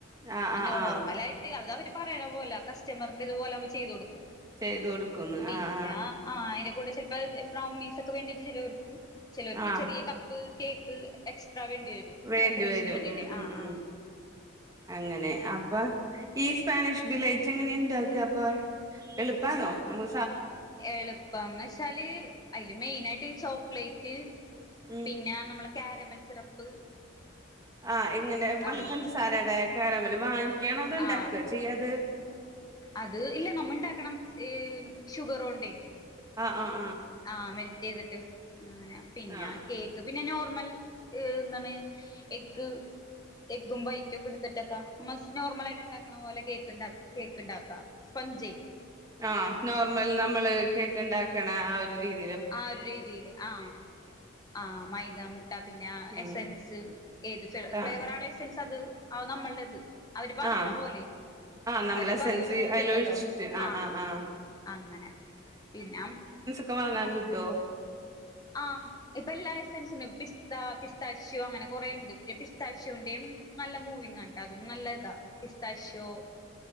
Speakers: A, on the right; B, on the left.
A: ആഹ്
B: അ
A: ആഹ്
B: നോർമലായിട്ട്
A: ആഹ്
B: അതവര് പറയണ പോലെ കസ്റ്റമറിന്റ്ത്പോലെ നമ്മ ചെയ്തു കൊടുക്കും
A: ചെയ്ത് കൊടുക്കുന്ന്
B: പിന്നാ
A: ആഹ് ആഹ്
B: ആരും കൂടെ ചെലപ്പോ ബ്രൗണീസക്കെ വേണ്ടിവര്ലേ ചെലർക്ക് ചിലർക്ക്
A: ആഹ്
B: ചെറിയ ക ക്ക് കേക്ക് എക്സ്ട്രാ വേണ്ടി വരും
A: വേണ്ടി
B: ഡെക്കറേഷന്
A: വരും
B: വേണ്ടിട്ട്
A: ഉം ഉം
B: ആ
A: ഉം
B: ആ
A: അങ്ങനെ അപ്പ ഈ സ്പാനിഷ് ഡിലൈറ്റ് എങ്ങനെയാ ഉണ്ട ക്ക്അപ്പൊ എളുപ്പാണോ നമു
B: എളുപ്പം വെച്ചാല് അയിൽ മെയിനായിട്ട് ചോക്ലേറ്റ്
A: ഉം
B: പിന്നെ നമ്മള് ക്യാരമൽ സിറപ്പ്
A: ആ എങ്ങനെ മഹ്
B: ആ
A: പഞ്ചസാരടെ ക്യാരമല് വാങ്ങി ക്കാണോ അത് ഇണ്ടാക്കാചെയ്യത്
B: ആ അത് ഇല്ല നമ്മ ഇണ്ടാക്കണം ഈഷുഗറോണ്ടയ്
A: അ ആ
B: ആ മെൽറ്റെയ്തിട്ട് അങ്ങനെയാ പിന്നെ
A: ആഹ്
B: കേക്ക് പിന്നെ നോർമ മൽ എന്താണ് എഗ്ഗ് എഗ്ഗും വൈറ്റും ഒക്കെ എടുത്തിട്ടക്ക നമ്മ നോർമൽ ആയിട്ട് ഇണ്ടാക്കണ പോലെ കേക്ക് കേക്ക് ഇണ്ടാക്ക സ്പഞ്ചയ്
A: ആ നോർമൽ നമ്മള് കേക്ക് ഇണ്ടാക്കണ ആ ഒരു രീതി
B: ആ ഒരു രീതിയില് ആ ആ മൈദ മുട്ട പിന്നെ ആ
A: ഉം
B: എസൻസ് ഏത് ഫ ഫ്ലേവർ
A: ആഹ്
B: ആണ് എസൻസ് അത് ആ നമ്മളുടെ ഇത് അവര് പറയണ
A: ആഹ്
B: പോലെ
A: ആഹ് നമ്മള്
B: അയിൽ
A: എസൻസ്
B: പറ ഓരോഇത്ണ്ടല്ലോ
A: അതിലൊഴിച്ചിട്ട് ആഹ്
B: ആ
A: ആഹ് ആഹ്
B: അങ്ങനെ പിന്നെ അ
A: ക്കെവാങ്ങാൻ കിട്ടോ
B: ആ ഇപ്പൊ എല്ലാ എസൻസിനും പിസ് സ്താ പിസ്താശോ അങ്ങനെ കൊറെണ്ട് പിന്നെ പിസ്താഷോന്റെയും നല്ല മൂവിങ്ങാട്ട അതും നല്ല ഇതാ പിസ്താഷോ